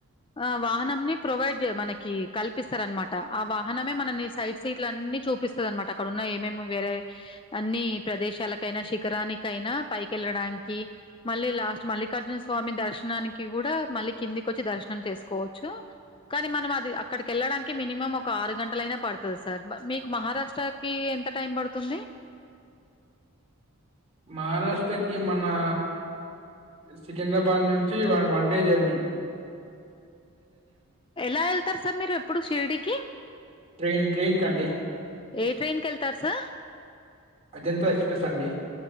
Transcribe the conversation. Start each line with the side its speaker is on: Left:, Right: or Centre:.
Left: ఆ వాహనం ని ప్రొవైడ్ మనకి కల్పిస్తారనమాట. ఆ వాహనమే మనల్ని సైట్ సీట్లన్ని చూపిస్తుంది అనమాట అక్కడన్న ఏమేమి వేరే అన్ని ప్రదేశాలకైనా, శిఖరానికైనా కి వెళ్ళడానికి మళ్ళీ లాస్ట్ మల్లికార్జున స్వామి దర్శనానికి కూడా మళ్ళీ కిందికి వచ్చి దర్శనం చేసుకోవచ్చు. కానీ మనం అది అక్కడిక వెళ్ళడానికి మినిమం ఒక ఆరు గంటల అయినా పడుతుంది సార్ మీ మహారాష్ట్రకి ఎంత టైం పడుతుంది?
Right: మహారాష్ట్రకి మనా సికింద్రాబాద్ నుంచి ఒన్ ఒన్ వండే జెర్నీ
Left: ఎలా వెళ్తార్ సార్ మీరేప్పుడు షిర్డికి
Right: ట్రైన్ ట్రైన్ కండి.
Left: ఏ ట్రైన్ కెళ్తారు సార్.
Right: అజంత ఎక్స్ప్రెస్ అండి.